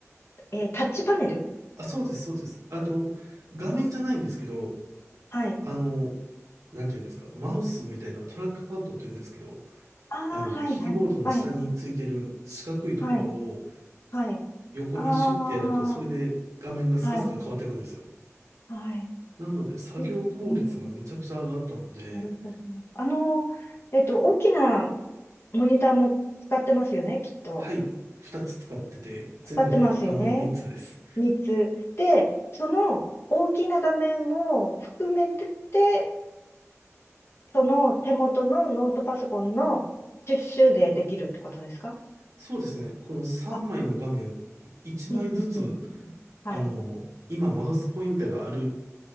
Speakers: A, on the left; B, on the right.
A: えータッチパネル
B: あ、そうです、そうです。あと、画面じゃないんですけど、
A: はい。
B: あの、なんていうんですか、マウスみたいなトラックパッドって言うんですけど、
A: ああ、
B: あの、
A: はい、
B: キーボードの下についてる四角いところを
A: はい、はい、はい、はい。
B: 横にシュッてやると、
A: ああ、
B: それで画面がスカスカ変わっていくんですよ。
A: はい、はい。
B: なので、作業効率がめちゃくちゃ上がったので、
A: えうんなるほど。あの、えっと、大きなモニターも使ってますよね、きっと。
B: はい、2つ使ってて、全部で画面3つです。
A: 使ってますよね。3つ。で、その大きな画面も含めてて、その手元のノートパソコンのシュッシュでできるってことですか
B: そうですね、この3枚の画面、
A: あ、
B: 1枚ずつ、
A: うん、うん、うん。うんはい、
B: あの、今マウスポインターがある